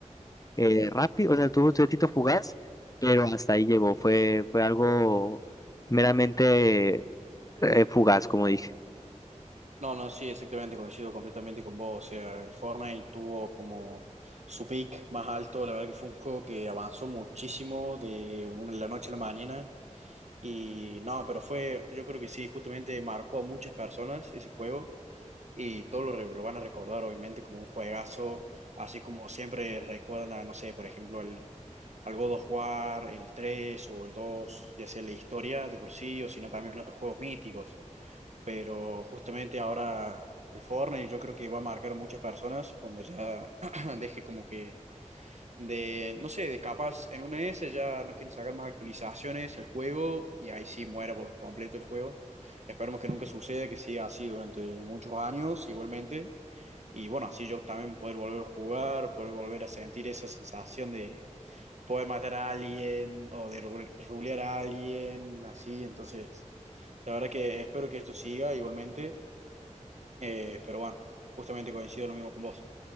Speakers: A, on the left (about 25°); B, on the right (about 65°).
A: eh, rápido, o sea, tuvo su éxito fugaz, pero hasta ahí llegó. Fue, fue algo meramente eh, fugaz, como dije.
B: No, no, sí, exactamente, coincido completamente con vos. O sea, el Fortnite tuvo como su peak más alto. La verdad que fue un juego que avanzó muchísimo de una- la noche a la mañana. Y no, pero fue, yo creo que sí, justamente marcó a muchas personas ese juego. Y todos lo, re- lo van a recordar, obviamente, como un juegazo. Así como siempre recuerdan a, no sé, por ejemplo, al, al God of War, el 3 o el 2 ya sea la historia de por sí, o sino también otros juegos míticos pero justamente ahora el Fortnite yo creo que va a marcar muchas personas cuando ya <clears throat> deje como que de, no sé, de capas en una S ya no quieren sacar más actualizaciones el juego y ahí sí muera por completo el juego. Esperemos que nunca suceda, que siga así durante muchos años igualmente. Y bueno, así yo también poder volver a jugar, poder volver a sentir esa sensación de poder matar a alguien o de ru- rulear a alguien, así. Entonces, la verdad que espero que esto siga igualmente. Eh, pero bueno, justamente coincido lo mismo con vos.